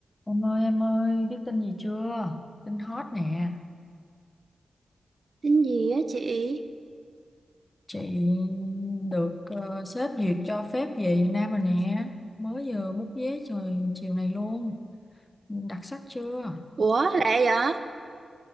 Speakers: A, on the left (about 20°); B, on the right (about 55°).
A: Em ơi em ơi biết tin gì chưa tin hot nè
B: Tính gì á chị?
A: chị được ờ, sếp duyệt cho phép về Việt Nam rồi nè mới vừa bút vé trời chiều này luôn đặc sắc chưa
B: Ủa lẹ vậy?